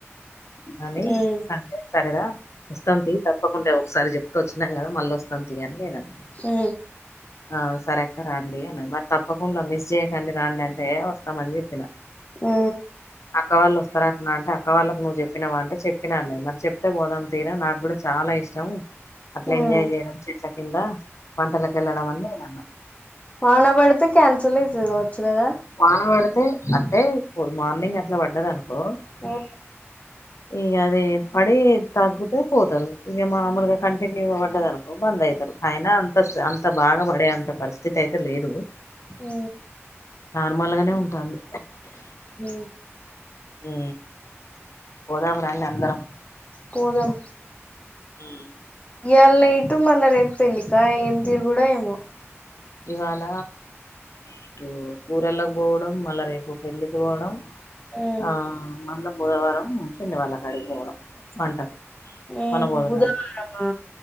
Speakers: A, on the left (about 75°); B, on the left (about 30°).
A: అని
B: ఉమ్
A: అంటే సరేరా వస్తాంతి తప్పకుండా ఒకసారి చెప్తూ వచ్చినాను కదా మళ్ళీ వస్తాంతి అని నేను అన్న
B: ఉ
A: ఆ సరెక్క రండి అ మరి తప్పకుండా మిస్ చేయకండి రండి అంటే ఏ వస్తామని చెప్పిన
B: ఉ
A: అక్కవాళ్ళు వస్తారంటనా అంటే అక్క వాళ్ళకు నువ్వు చెప్పినవ అంటే చెప్పిన అన్నడు మరి చెప్తే పోదాం తీరా నాకు కూడా చాలా ఇష్ అట్లా
B: ఉమ్
A: ఎంజాయ్ చేయడం చెట్ల కింద వంటలకు వెళ్ళడం అని నీనన్న
B: వానబడితే క్యాన్సల్ ఐతది కావచ్చు కదా
A: వాన పడితే అంటే పోదు మార్నింగ్ అట్లా పడ్డది అనుకో
B: ఓ
A: ఇక అది పడి తగ్గితే పోతరు ఇక మామూలుగా కంటిన్యూగా పడ్డదనుకో బంద్ ఐతరు అయిన అంత అంత బాగా పడే అంత పరిస్థితి అయితే లేదు
B: ఉ
A: నార్మల్గానే ఉంటంది
B: ఉ
A: ఉ పోదాము రండి అందరం
B: పోదం
A: మ్మ్
B: ఇయళ్ళ ఇటు మళ్ళా రేపు పెళ్ళిక ఏం తిరుగుడో ఏమో
A: ఇవాళ ఇటు కూరళ్ళకపోవడం మళ్ళా రేపు పెళ్ళికి పోవడం
B: ఉమ్
A: ఆ మల్ల బుధవారం పిన్ని వాళ్ళ కాడికిపోవడం వంటకు
B: ఉహు
A: వనభోజనాలు
B: బుధవారమా